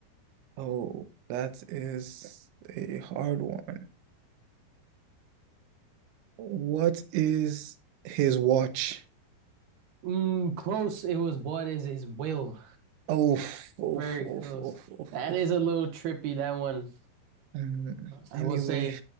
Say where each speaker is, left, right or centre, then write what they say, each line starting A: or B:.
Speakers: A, on the right; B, on the right.
A: Oh, that is a hard one. What is his watch?
B: Mm, close. It was what is his will?
A: Oh, oh,
B: Very
A: oh,
B: close.
A: oh,
B: That
A: oh,
B: is a little
A: oh.
B: trippy, that one.
A: Mm,
B: I
A: Anyway,
B: will say,